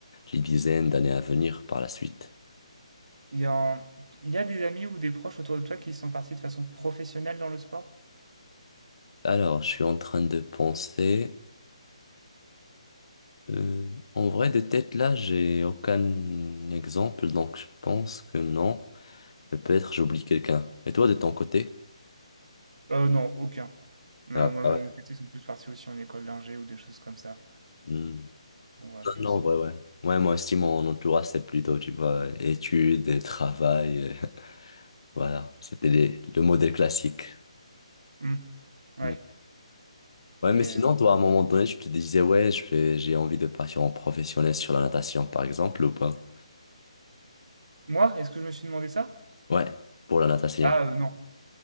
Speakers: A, on the left (about 50°); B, on the right (about 80°).
A: les dizaines d'années à venir par la suite.
B: Il y a, il y a des amis ou des proches autour de toi qui sont partis de façon professionnelle dans le sport?
A: Alors, je suis en train de penser... Euh, en vrai, de tête là, j'ai aucun exemple, donc je pense que non. Mais peut-être j'oublie quelqu'un. Et toi, de ton côté?
B: Euh, non, aucun. Non,
A: Ah,
B: moi,
A: ah
B: mon
A: ouais.
B: côté, ils sont plus partis aussi en école d'ingé ou des choses comme ça.
A: Hmm.
B: On va
A: Non,
B: plus.
A: non,
B: euh,
A: ouais, ouais. Ouais, moi aussi, mon entourage, c'est plutôt, tu vois, études, et travail. euh, <laughs> voilà, c'était les- le modèle classique.
B: hmm, ouais.
A: Hmm. Ouais,
B: Et
A: mais sinon,
B: euh,
A: toi, à un moment donné, tu te disais, ouais, je fais, j'ai envie de partir en professionnel sur la natation, par exemple, ou pas?
B: moi, est-ce que je me suis demandé ça?
A: Ouais, pour la natation.
B: Ah, euh, non.